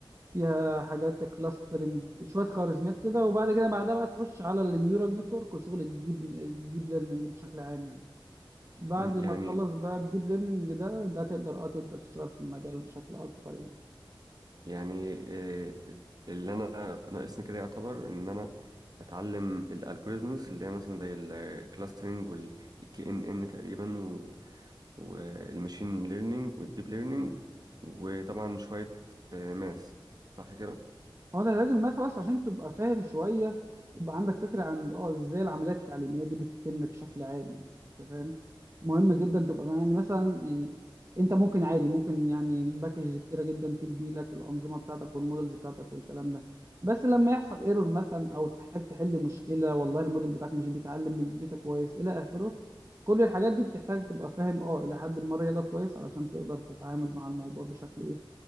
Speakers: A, on the right (about 35°); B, on the right (about 50°).
A: فيها حاجات كلاسترنج شويه خوارزميات كده وبعد كده بعدها بقى تخش على النيورال نتورك وشغل الديب الديب ليرنينج بشكل عام يعني بعد
B: مم.
A: ما
B: يعني
A: تخلص بقى الديب ليرنينج ده ده تقدر اه تبدا تشتغل في المجال بشكل اكبر يعني
B: يعني آه، اللي انا ناقصني كده يعتبر ان انا اتعلم الالجوريزمز اللي هي مثلا زي الكلاسترنج والكي ان ان تقريبا والماشين ليرنينج والديب ليرنينج وطبعا شويه ماث صح كده
A: هو ده العلاج النفسي بس عشان تبقى فاهم شويه يبقى عندك فكره عن اه ازاي العمليات التعليميه دي بتتم بشكل عام يعني انت فاهم مهم جدا تبقى يعني مثلا يعني انت ممكن عادي ممكن يعني باكجز كتيره جدا تبني لك الانظمه بتاعتك والمودلز بتاعتك والكلام ده بس لما يحصل ايرور مثلا او تحتاج تحل مشكله والله الموديل بتاعك مش بيتعلم من الداتا كويس الى اخره كل الحاجات دي بتحتاج تبقى فاهم اه الى حد ما رياضه كويس علشان تقدر تتعامل مع الموضوع بشكل ايه